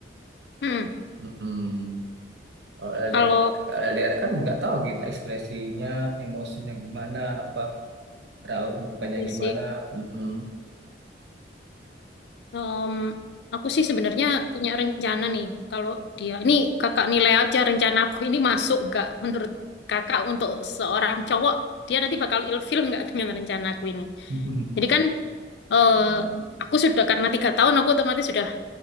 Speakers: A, on the left (about 65°); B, on the right (about 70°).
A: Hmm.
B: Mm-mm. kalau LDR,
A: Kalau
B: kalau LDR kan nggak tahu kita ekspresinya emosinya gimana apa raut mukanya
A: ya
B: gimana
A: sih,
B: Mm-mm.
A: em, aku sih sebenarnya punya rencana nih. Kalau dia, ini Kakak nilai aja rencana aku ini masuk nggak menurut Kakak untuk seorang cowok dia nanti bakal ilfil nggak dengan rencana aku ini.
B: <laughs>
A: Jadi kan eh aku sudah karena tiga tahun aku otomatis sudah